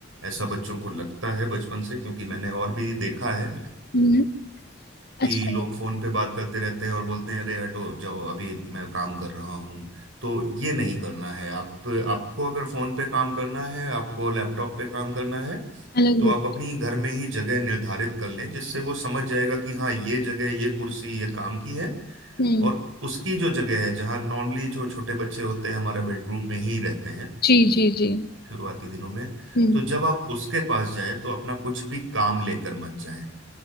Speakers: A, on the right; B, on the left.
A: ऐसा बच्चों को लगता है बचपन से क्योंकि मैंने और भी देखा है
B: हम्म अच्छा
A: कि लोग फोन पे बात करते रहते हैं और बोलते हैं अरे हटो जाओ अभी मैं काम कर रहा हूँ तो ये नहीं करना है आप आपको अगर फोन पे काम करना है आपको लैपटॉप पे काम करना है
B: अलग
A: तो
B: रूप
A: आप अपनी घर में ही जगह निर्धारित कर लें जिससे वो समझ जाएगा कि हाँ ये जगह ये कुर्सी ये काम की है
B: हम्म
A: और उसकी जो जगह है जहाँ नॉर्मली जो छोटे बच्चे होते हैं हमारा बेडरूम में ही रहते हैं
B: जी जी जी
A: शुरुआती दिनों में
B: हम्म
A: तो जब आप उसके पास जाएं तो अपना कुछ भी काम लेकर मत जाएं